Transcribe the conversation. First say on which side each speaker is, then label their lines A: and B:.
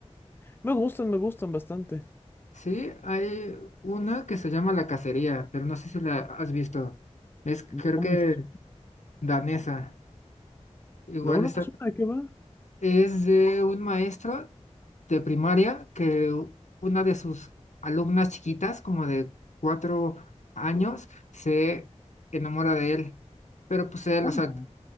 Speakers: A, on the left; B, on the left.
A: Me gustan, me gustan bastante.
B: Sí, hay una que se llama La Cacería, pero no sé si la has visto. Es
A: No
B: creo que
A: me, su-
B: danesa. Igual
A: no, no
B: está
A: me suena de qué va.
B: Es de un maestro de primaria que u- una de sus alumnas chiquitas, como de cuatro años, se enamora de él. Pero pues él,
A: ¿Cómo?
B: o sea,